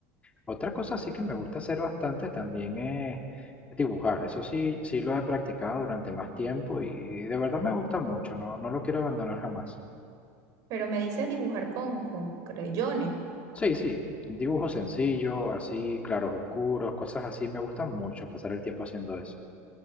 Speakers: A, on the left; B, on the right.
A: Otra cosa sí que me gusta hacer bastante también es dibujar. Eso sí, sí lo he practicado durante más tiempo y de verdad me gusta mucho, no, no lo quiero abandonar jamás.
B: Pero me dices dibujar con, con creyones.
A: Sí, sí, dibujos sencillos, así, claros oscuros, cosas así, me gustan mucho pasar el tiempo haciendo eso.